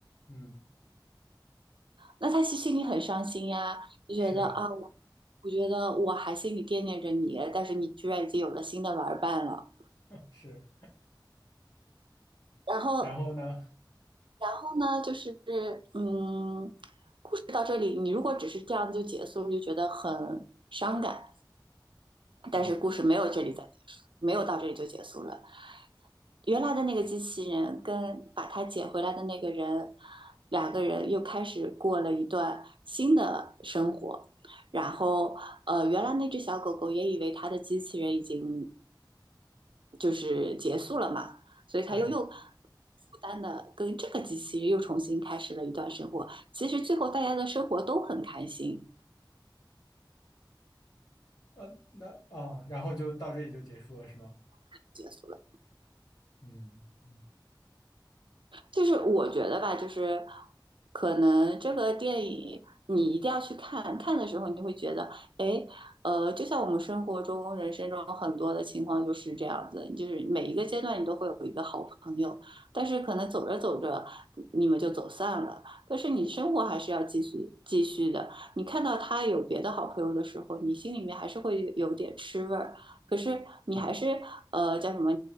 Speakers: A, on the left; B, on the right.
A: 嗯，
B: 那他心心里很伤心呀，就觉得啊，
A: 是啊，
B: 我我觉得我还心里惦念着你，但是你居然已经有了新的玩伴了。
A: <laughs> 是。
B: 然后
A: 然后呢？
B: 然后呢，就是嗯，故事到这里，你如果只是这样就结束，就觉得很伤感。
A: 嗯，
B: 但是故事没有这里再结束，没有到这里就结束了。原来的那个机器人跟把它捡回来的那个人，两个人又开始过了一段新的生活。然后，呃，原来那只小狗狗也以为它的机器人已经就是结束了嘛，所以他又又负担的跟这个机器又重新开始了一段生活。
A: 对，
B: 其实最后大家的生活都很开心，
A: 嗯，那啊，然后就到这里就结束了，是吗？
B: 结束了。
A: 嗯。嗯
B: 就是我觉得吧，就是可能这个电影你一定要去看，看的时候你会觉得，哎，呃，就像我们生活中、人生中很多的情况就是这样子，就是每一个阶段你都会有一个好朋友，但是可能走着走着你们就走散了，但是你生活还是要继续继续的。你看到他有别的好朋友的时候，你心里面还是会有点吃味儿，可是你还是呃叫什么，